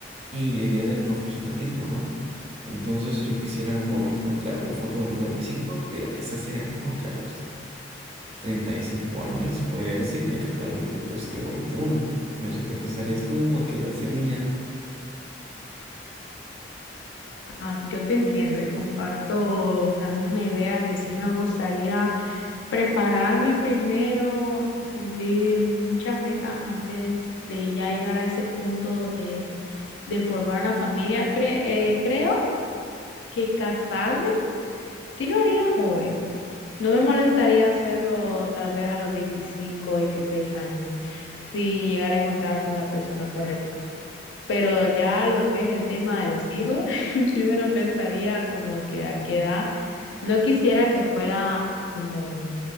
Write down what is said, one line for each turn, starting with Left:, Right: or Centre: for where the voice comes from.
Right: y la idea del profesionalismo, ¿no? Entonces yo quisiera en algún momento, claro, en un futuro tener mis hijos, pero quizás sea como que a los 35 años, se podría decir, ya que actualmente pues tengo 21. No sé qué pensarías tú, a qué edad sería.
Left: Ah, yo te entiendo y comparto la misma idea que sí me gustaría prepararme primero y cumplir muchas metas antes de ya llegar a ese punto de, de formar una familia. Cre- eh, creo que casarme sí lo haría joven. No me molestaría hacerlo tal vez a los 25 o 26 años, si llegara a encontrar por la persona correcta. Pero ya lo que es el tema de los hijos, <laughs> sí me lo pensaría como que a qué edad. No quisiera que fuera como